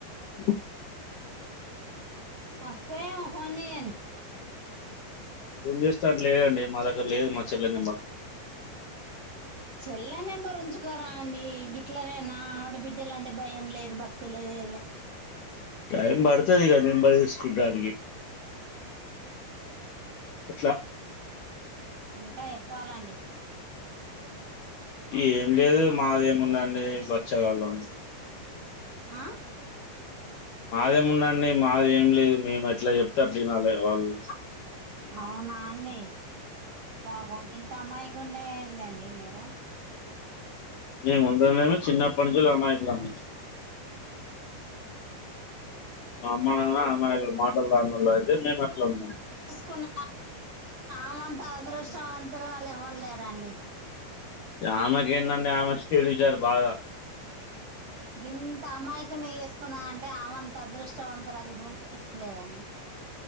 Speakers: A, on the left; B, on the right.
A: <unintelligible>
B: వస్తే ఫోన్ చేయండి
A: చేసేటట్టు లేదండి మా దగ్గర లేదు మా చెల్లె నిమ్మల్
B: చెల్ల నెంబర్ ఉంంచుకోర అండి ఇగనైనా ఆడబిడ్డలంటే భయం లేదు భక్తి లేదు
A: టైం పడుతది కదా నెంబర్ తీసుకుంటానికి అట్లా
B: ఇంకా చెప్పాలండి
A: ఏం లేదు మాది ఏముందండి బచ్చగాళ్ళం
B: ఆ
A: మాదేమి ఉందండి మాది ఏమి లేదు మేము ఎట్లా చెప్తే అట్న వినాలే వాళ్ళు
B: అవునా అండి పాపం గింత అమయకుడు ఏందండి మీరు
A: మేము ఉండడమే చిన్నప్పటి నుంచి అమాయకులం మా అమ్మా నాన్నా అమాయకులు మాటలు రావు మీమట్లనే ఉన్నాం
B: తెల్సుకున్న అమంత అదృష్టవంతురాలు ఎవ్వరు లేరండి
A: ఆమెకి ఏంటండీ ఆమె చేడు విషయాలు బాగా
B: గింత అమయకుని చేసుకున్నాదంటే ఆమంత అదృష్టవంతురాలు ఈ భూమి మీద లేదండి